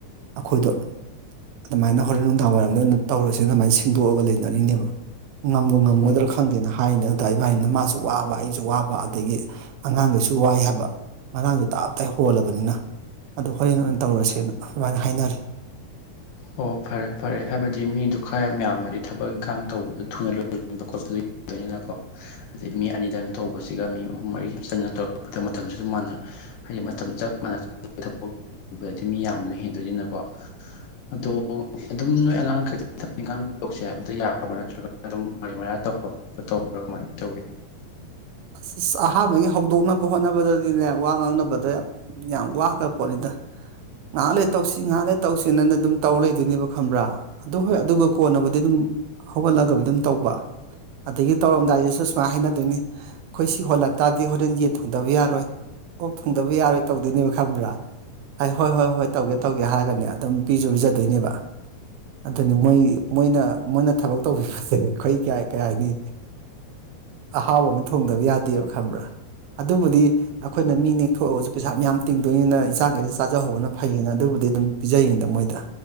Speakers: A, on the right; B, on the left.
A: ꯑꯩꯈꯣꯏꯗꯣ ꯑꯗꯨꯃꯥꯏꯅ ꯍꯣꯔꯦꯟ ꯅꯨꯡꯗꯥꯡꯋꯥꯏꯔꯝꯗꯣ ꯑꯣꯏꯅ ꯇꯧꯔꯁꯦꯅ ꯑꯗꯨꯃꯥꯏꯅ ꯁꯤꯟꯗꯣꯛꯑꯒ ꯂꯩꯅꯔꯤꯅꯦꯕ ꯉꯝꯕꯨ ꯉꯝꯒꯗ꯭ꯔꯥ
B: ꯑꯣ
A: ꯈꯪꯗꯦꯅ ꯍꯥꯏꯅꯦ ꯗꯥꯗꯥ ꯏꯕꯥꯅꯤꯅ ꯃꯁꯨ ꯋꯥꯕ ꯑꯩꯁꯨ ꯋꯥꯕ ꯑꯗꯒꯤ ꯑꯉꯥꯡꯉꯩ ꯋꯥꯏ ꯍꯥꯏꯕ ꯉꯔꯥꯡꯗꯤ ꯇꯥꯞꯇꯏ ꯍꯣꯜꯂꯕꯅꯤꯅ ꯑꯗꯨ ꯍꯣꯔꯦꯟ ꯑꯣꯏꯅ ꯇꯧꯔꯁꯦꯅ ꯑꯗꯨꯃꯥꯏꯅ ꯍꯥꯏꯅꯔꯦ
B: ꯑꯣ ꯐꯔꯦ ꯐꯔꯦ ꯍꯥꯏꯕꯗꯤ ꯃꯤꯗꯨ ꯈꯥꯏ ꯃꯌꯥꯝ ꯍꯥꯏ ꯊꯕꯛ ꯏꯪꯈꯥꯡ ꯇꯧꯕꯗꯣ ꯊꯨꯅ ꯂꯣꯏꯕ ꯈꯣꯠꯄꯗꯨꯅꯤꯅꯀꯣ ꯑꯗꯩ ꯃꯤ ꯑꯅꯤꯗꯪ ꯇꯧꯕ ꯃꯁꯤꯒ ꯃꯤ ꯑꯍꯨꯝ ꯃꯔꯤ ꯆꯪꯅ ꯇꯧꯔꯛꯄꯗ ꯃꯇꯝꯁꯤꯗ ꯃꯥꯅ ꯍꯥꯏꯗꯤ ꯃꯇꯝ ꯆꯞ ꯃꯥꯟꯅ ꯊꯕꯛ ꯇꯧꯒ꯭ꯔꯗꯤ ꯃꯤ ꯌꯥꯝꯕꯅ ꯍꯦꯟꯗꯣꯏꯅꯤꯅꯀꯣ ꯑꯗꯣ ꯑꯗꯨꯝ ꯅꯣꯏ ꯑꯉꯥꯡꯈꯩꯗꯣ ꯊꯕꯛ ꯏꯪꯈꯥꯡ ꯇꯧꯁꯦ ꯍꯥꯏꯕꯗ ꯌꯥꯕ꯭ꯔꯥ ꯅꯠꯇ꯭ꯔꯒꯅ ꯑꯗꯨꯝ ꯃꯔꯩ ꯃꯔꯥ ꯇꯧ ꯇꯧꯕ꯭ꯔꯣ ꯀꯃꯥꯏꯅ ꯇꯧꯒꯦ
A: ꯑꯁ ꯑꯁ ꯑꯍꯥꯟꯕꯒꯤ ꯍꯧꯗꯣꯛꯅꯕ ꯍꯣꯠꯅꯕꯗꯗꯤꯅꯦ ꯋꯥ ꯉꯥꯡꯅꯕꯗ ꯌꯥꯝ ꯌꯥꯝ ꯋꯥꯒ꯭ꯔꯄꯣꯠꯅꯤꯗ ꯉꯥꯏꯍꯥꯛ ꯂꯩꯔ ꯇꯧꯁꯤ ꯉꯥꯏꯍꯥꯛ ꯂꯩꯔ ꯇꯧꯁꯤꯅꯅ ꯑꯗꯨꯝ ꯇꯧꯔ ꯂꯩꯗꯣꯏꯅꯦꯕ ꯈꯪꯕ꯭ꯔꯥ ꯑꯗꯨ ꯍꯣꯏ ꯑꯗꯨꯒ ꯀꯣꯟꯅꯕꯨꯗꯤ ꯑꯗꯨꯝ ꯍꯧꯒꯠꯂꯒ ꯑꯗꯨꯝ ꯇꯧꯕ ꯑꯗꯒꯤ ꯇꯧꯔꯝꯗꯥꯏꯗꯁꯨ ꯁꯨꯃꯥꯏꯅ ꯍꯥꯏꯅꯗꯣꯏꯅꯤ ꯑꯩꯈꯣꯏ ꯁꯤ ꯍꯣꯜꯍꯟ ꯇꯥꯔꯗꯤ ꯍꯣꯔꯦꯟ ꯌꯦꯟ ꯊꯣꯡꯗꯕ ꯌꯥꯔꯣꯏ ꯑꯣꯛ ꯊꯣꯡꯗꯕ ꯌꯥꯔꯣꯏ ꯇꯧꯗꯣꯏꯅꯦꯕ ꯈꯪꯕ꯭ꯔꯥ ꯑꯩ ꯍꯣꯏ ꯍꯣꯏ ꯍꯣꯏ ꯇꯧꯒꯦ ꯇꯧꯒꯦ ꯍꯥꯏꯔꯒꯅꯦ ꯑꯗꯨꯝ ꯄꯤꯖꯨ ꯄꯤꯖꯗꯣꯏꯅꯦꯕ ꯑꯗꯨꯅꯤ ꯃꯣꯏ ꯃꯣꯏꯅ ꯃꯣꯏꯅ ꯊꯕꯛ ꯇꯧꯕꯤꯕꯁꯦ ꯑꯩꯈꯣꯏ ꯀꯌꯥ ꯀꯩ ꯍꯥꯏꯅꯤ ꯑꯍꯥꯎꯕ ꯑꯃ ꯊꯣꯡꯗꯕ ꯌꯥꯗꯦꯕ ꯈꯪꯕ꯭ꯔꯥ ꯑꯗꯨꯕꯨꯗꯤ ꯑꯩꯈꯣꯏꯅ ꯃꯤ ꯅꯦꯛꯊꯣꯛꯑꯒꯁꯨ ꯄꯩꯁꯥ ꯃꯌꯥꯝ ꯇꯤꯡꯗꯣꯏꯅꯤꯅ ꯏꯆꯥꯒꯩꯗ ꯆꯥꯖꯍꯧꯕꯅ ꯐꯩꯌꯦꯅ ꯑꯗꯨꯕꯨ ꯑꯗꯨꯗꯤ ꯑꯗꯨꯝ ꯄꯤꯖꯩꯅꯤꯗ ꯃꯣꯏꯗ